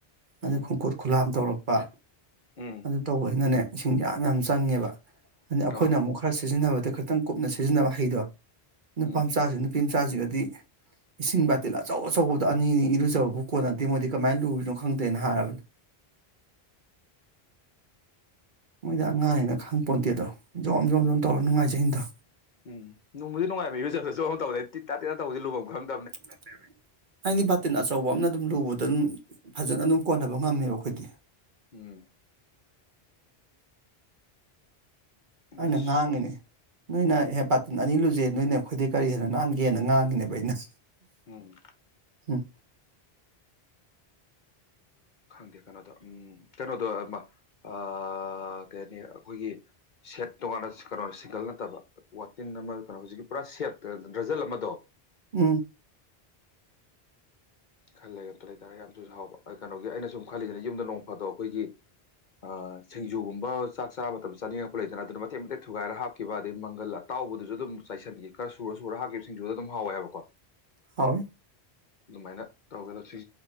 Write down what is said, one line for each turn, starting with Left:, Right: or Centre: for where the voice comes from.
Left: ꯎꯝ
Right: ꯑꯗ ꯈꯣꯡꯀꯨꯠ ꯈꯨꯂꯥꯝ ꯇꯧꯔꯛꯄ
Left: ꯎꯝ
Right: ꯑꯗꯨ ꯇꯧꯕꯌꯤꯅꯅꯦ ꯏꯁꯤꯡ ꯌꯥꯝ ꯌꯥꯝ ꯆꯪꯉꯦꯕ ꯑꯅ ꯑꯩꯈꯣꯏꯅ
Left: ꯑ
Right: ꯑꯃꯨꯛ ꯈꯔ ꯁꯤꯖꯤꯟꯅꯕꯗ ꯈ ꯇꯪ ꯀꯨꯞꯅ ꯁꯤꯖꯤꯟꯅꯕ ꯍꯩꯗꯣ ꯅꯨꯄꯥ
Left: ꯎꯝ
Right: ꯃꯆꯥꯁꯤ ꯅꯨꯄꯤ ꯃꯆꯥꯁꯤꯒꯗꯤ ꯏꯁꯤꯡ ꯕꯥꯇꯤꯜ ꯑꯆꯧ ꯑꯆꯧꯕꯗ ꯑꯅꯤꯅꯤ ꯏꯔꯨꯖꯕꯕꯨ ꯀꯣꯟꯅꯗꯦ ꯃꯣꯏꯗꯤ ꯀꯃꯥꯏꯅ ꯂꯨꯔꯤꯅꯣ ꯈꯪꯗꯦꯅ ꯍꯥꯏꯔꯕꯅꯤ ꯃꯣꯏꯗ ꯑꯉꯥꯡꯉ ꯈꯪ ꯄꯣꯟꯇꯦꯗꯣ ꯖꯣꯝ ꯖꯣꯝ ꯖꯣꯝ ꯇꯧꯔ ꯅꯨꯡꯉꯥꯏꯖꯩꯅꯤꯗꯣ
Left: ꯎꯝ ꯅꯣꯡꯕꯨꯗꯤ ꯅꯨꯡꯉꯥꯏꯕ ꯏꯔꯨꯖꯕꯗ ꯖꯣꯝ <unintelligible> ꯇꯤꯠ ꯇꯥꯠ ꯇꯤꯇꯥ ꯇꯧꯕꯗꯤ ꯂꯨꯐꯝ ꯈꯪꯗꯦ
Right: <unintelligible> ꯍꯥꯏꯗꯤ ꯕꯥꯇꯤꯟ ꯑꯆꯧꯕ ꯑꯃꯅ ꯑꯗꯨꯝ ꯂꯨꯕꯗ ꯑꯗꯨꯝ ꯐꯖꯅ ꯑꯗꯨꯝ ꯀꯣꯟꯅꯕ ꯉꯝꯃꯦꯕꯣ ꯑꯩꯈꯣꯏꯗꯤ
Left: ꯎꯝ
Right: ꯑꯩꯅ
Left: ꯑꯁ
Right: ꯉꯥꯡꯉꯤꯅꯦ ꯅꯣꯏꯅꯍꯦ ꯕꯥꯇꯤꯟ ꯑꯅꯤ ꯂꯨꯖꯩꯌꯦ ꯅꯣꯏꯅ ꯑꯩꯈꯣꯏꯗꯩ ꯀꯔꯤ ꯍꯦꯟꯅ ꯅꯥꯟꯒꯦꯅ ꯉꯥꯡꯉꯤꯅꯦꯕ ꯑꯩꯅ
Left: ꯎꯝ
Right: ꯎꯝ
Left: ꯈꯪꯗꯦ ꯀꯩꯅꯣꯗꯣ ꯎꯝ ꯀꯩꯅꯣꯗꯣ ꯑꯃ ꯑꯥ ꯀꯩ ꯍꯥꯏꯅꯤ ꯑꯩꯈꯣꯏꯒꯤ ꯁꯦꯠ ꯇꯣꯉꯥꯟꯅ ꯀꯩꯅꯣ ꯁꯤꯡꯒꯜ ꯅꯠꯇꯕ ꯋꯥꯇꯤꯟ ꯑꯃ ꯀꯩꯅꯣ ꯍꯧꯖꯤꯛꯀꯤ ꯄꯨꯔꯥ ꯁꯦꯞ ꯗ꯭ꯔꯖꯜ ꯑꯃꯗꯣ
Right: ꯎꯝ
Left: ꯈꯜꯂꯦ <unintelligible> ꯂꯩꯇꯥꯔꯦ ꯌꯥꯝꯁꯨ ꯍꯥꯎꯕ ꯀꯩꯅꯣꯒꯤ ꯑꯩꯅ ꯁꯨꯝ ꯈꯜꯂꯤꯁꯤꯅ ꯌꯨꯝꯗ ꯅꯣꯡ ꯐꯥꯗꯣꯛ ꯑꯩꯈꯣꯏꯒꯤ ꯑꯥ ꯁꯤꯡꯖꯨꯒꯨꯝꯕ ꯆꯥꯛ ꯆꯥꯕ ꯃꯇꯝ ꯆꯥꯅꯤꯡꯉꯛꯄ ꯂꯩꯗꯅ ꯑꯗꯨꯅ ꯃꯇꯦꯛ ꯃꯇꯦꯛ ꯊꯨꯒꯥꯏꯔ ꯍꯥꯞꯈꯤꯕ ꯑꯗꯩ ꯃꯪꯒꯜ ꯇꯥꯎꯕꯗꯁꯨ ꯑꯗꯨꯝ ꯆꯥꯏꯁꯤꯟꯈꯤ ꯈꯔ ꯁꯨꯔ ꯁꯨꯔ ꯍꯥꯞꯈꯤꯕꯁꯤꯡꯁꯨꯗꯨ ꯑꯗꯨꯝ ꯍꯥꯎꯋꯦ ꯍꯥꯏꯕꯀꯣ
Right: ꯍꯥꯎꯋꯤ
Left: ꯑꯗꯨꯃꯥꯏꯅ ꯇꯧꯔꯒꯗ ꯊ꯭ꯔꯤ